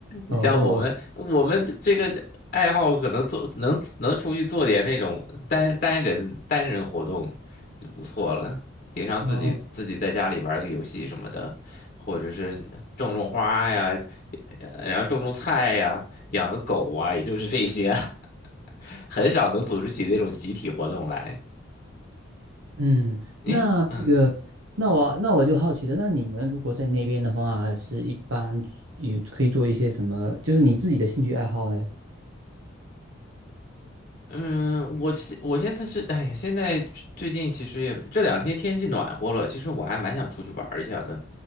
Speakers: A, on the left; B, on the right.
A: 你像我们，
B: 哦哦。
A: 我们这个爱好可能做能能出去做点那种单单人单人活动就不错了。平常自己自己在家里玩个游戏什么的，
B: 哦
A: 或者是种种花呀，呃然后种种菜呀，养个狗啊，也就是这些，<laughs> 很少能组织起那种集体活动来。
B: 嗯，
A: 你嗯
B: 那这个，那我那我就好奇的，那你们如果在那边的话，是一般有可以做一些什么？就是你自己的兴趣爱好呢？
A: 嗯，我现我现在是，哎呀，现在最近其实也这两天天气暖和了，其实我还蛮想出去玩儿一下的。